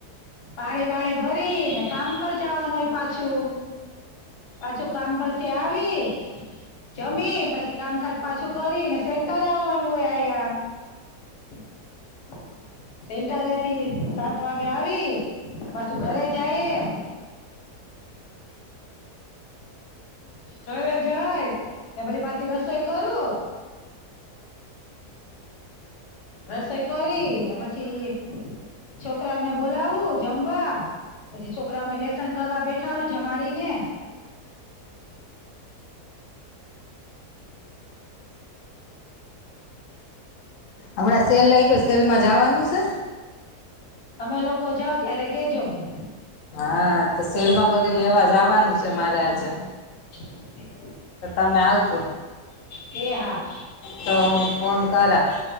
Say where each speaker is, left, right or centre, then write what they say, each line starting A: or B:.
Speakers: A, on the left; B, on the left.
A: પાણી વાણી ભરી ને કામ પર જવાનું હોય પાછું પાછું કામ પરથી આવી જમી પછી કામકાજ પાછું કરી ને સેન્ટરે આવવાનું હોય આયા. <inaudible> સેન્ટરે એથી સાત વાગે આવી પાછું ઘરે જાયે ઘરે જય ને પછી પાછી રસોઈ કરું. રસોઈ કરી ને પછી છોકરાઓને બોલાવું જમવા પછી છોકરાઓને લેસન કરવા બેઠાડું જમાડીને.
B: હમણાં સેલ લાગ્યો સેલમાં જાવાનું શે
A: તમે લોકો જાઓ ત્યારે કેજો મને.
B: હા તો સેલમાં બધે લેવા જવાનું છે મારે આજે.
A: <inaudible>
B: તો તમે આવજો.
A: એ હા.
B: તો હું ફોન કરા